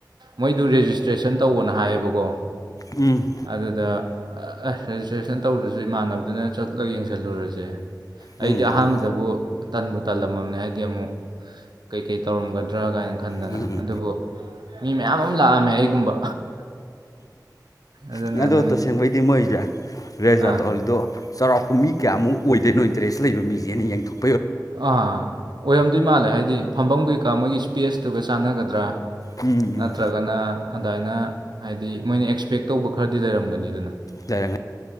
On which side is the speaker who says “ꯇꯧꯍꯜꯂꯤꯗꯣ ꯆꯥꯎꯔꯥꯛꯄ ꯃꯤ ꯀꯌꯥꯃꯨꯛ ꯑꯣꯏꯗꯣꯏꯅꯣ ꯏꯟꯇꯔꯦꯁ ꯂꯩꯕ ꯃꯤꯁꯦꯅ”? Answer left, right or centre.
Left